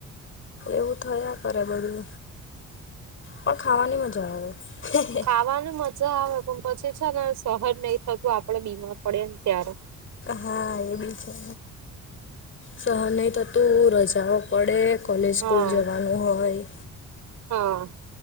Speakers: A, on the left; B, on the right.
A: એવું થયા કરે, બધું પણ ખાવાની મજા આવે.
B: આવવાની. આવે પણ પછી છે ને, સહન નહી થતું, આપડે બીમાર પડે ને ત્યારે.
A: હા, એ બી છે સહન નહીં થતું, રજાઓ પડે, કોલેજ
B: હા
A: સ્કૂલ જવાનું હોય.
B: હા.